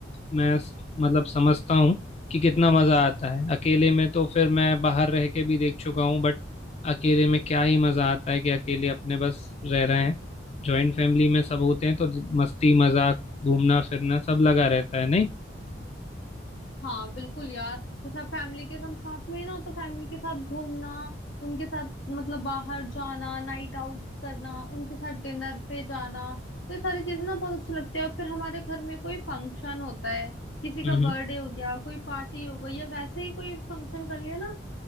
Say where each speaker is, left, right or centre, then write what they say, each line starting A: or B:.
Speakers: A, on the left; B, on the left.
A: मैं स- मतलब समझता हूँ कि कितना मज़ा आता है अकेले में तो फिर मैं बाहर रह के भी देख चुका हूँ बट अकेले में क्या ही मज़ा आता है कि अकेले अपने बस रह रहे हैं जॉइंट फैमिली में सब होते हैं तो मस्ती मजाक घूमना फिरना सब लगा रहता है नहीं
B: हाँ बिल्कुल यार तो सब फैमिली के हम साथ में है ना तो फैमिली के साथ घूमना उनके साथ मतलब बाहर जाना नाइट आउट करना उनके साथ डिनर पे जाना तो ये सारी चीजें ना बहुत अच्छी लगती है और फिर हमारे घर में कोई फंक्शन होता है किसी का
A: हम्म
B: बर्थडे
A: हम्म।
B: हो गया कोई पार्टी हो गई या वैसे ही कोई फंक्शन कर लिया ना